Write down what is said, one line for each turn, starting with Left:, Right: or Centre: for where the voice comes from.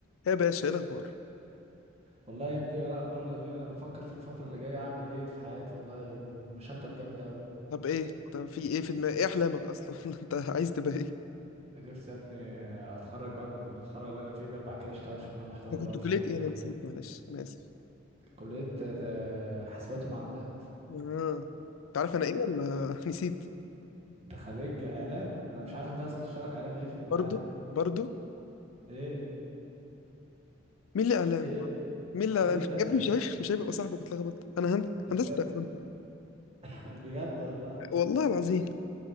Left: ايه يا باشا ايه الاخبار
Right: والله يا ابني ولا اخبار ولا لين انا بفكر في الفتره اللي جايه اعمل ايه في حياتي والله مشتت جامد قوي
Left: طب ايه طب في ايه في دماغك ايه احلامك اصلا <laughs> انت عايز تبقى ايه
Right: نفسي يا ابني اتخرج بقى من الخرا اللي انا فيه ده وبعد كده اشتغل شغلانه محترمه
Left: انا كنت
Right: بقى في
Left: كلية
Right: الحته
Left: ايه
Right: دي
Left: انا نسيت معلش انا اسف
Right: كليه آه، حاسبات ومعلومات
Left: اه انت عارف انا ايه ولا <laughs> نسيت
Right: انت خريج اعلام انا مش عارف انت اصلا تشتغل اعلام ايه في البتاع
Left: برضو
Right: دي
Left: برضو
Right: ايه
Left: مين اللي اعلام
Right: ايه يا ابني
Left: مين اللي اعلام
Right: انت
Left: يا
Right: اعلام
Left: ابني مش عارف مش هيبقى صاحبك اتلخبط انا هند...
Right: نفسان.
Left: هندسة اعلام
Right: <laughs> بجد والله
Left: والله العظيم